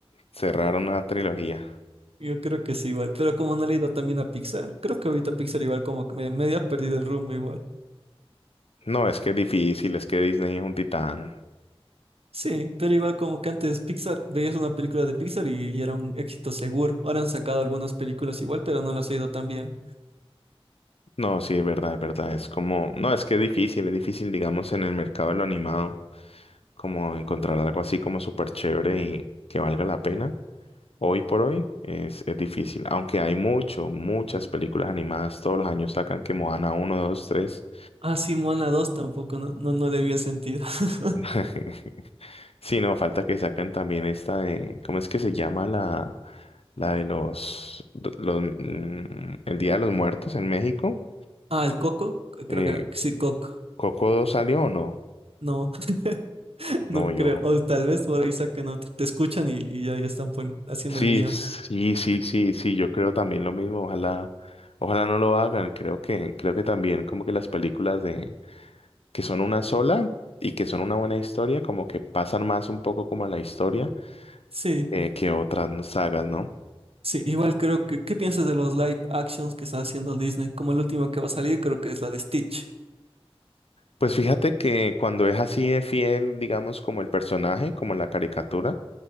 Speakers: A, on the left; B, on the right.
A: cerrar una trilogía.
B: Yo creo que sí, igual. Pero como no le he ido también a Pixar, creo que ahorita Pixar igual como que me, medio ha perdido el rumbo igual.
A: No, es que es difícil, es que Disney es un titán.
B: Sí, pero igual como que antes Pixar, veías una película de Pixar y, y era un éxito seguro. Ahora han sacado algunas películas igual, pero no las he ido tan bien.
A: No, sí, es verdad, es verdad, es como, no, es que es difícil, es difícil, digamos, en el mercado de lo animado. como encontrar algo así como súper chévere y que valga la pena. Hoy por hoy es, es difícil, aunque hay mucho, muchas películas animadas, todos los años sacan que Moana uno 2 tres
B: Ah, sí, Moana 2 tampoco, no, no, no le vi el sentido. <laughs>
A: <laughs> Sí, no, falta que sacan también esta de, ¿cómo es que se llama la, la de los, los, mm, el Día de los Muertos en México?
B: Ah, el Coco,
A: Eh,
B: creo que era, sí, Coco.
A: ¿Coco 2 salió o no?
B: No, <laughs>
A: No,
B: no
A: yo,
B: creo. O tal vez por ahí saquen otro. Te escuchan y, y ahí están pon- haciendo
A: Sí,
B: el guión.
A: sí, sí, sí, sí, yo creo también lo mismo, ojalá, ojalá no lo hagan, creo que, creo que también como que las películas de, que son una sola y que son una buena historia, como que pasan más un poco como a la historia
B: Sí,
A: eh, que otras no- sagas, ¿no?
B: sí, igual creo que, ¿qué piensas de los live actions que está haciendo Disney? Como el último que va a salir, creo que es la de Stitch.
A: Pues fíjate que cuando es así de fiel, digamos, como el personaje, como la caricatura,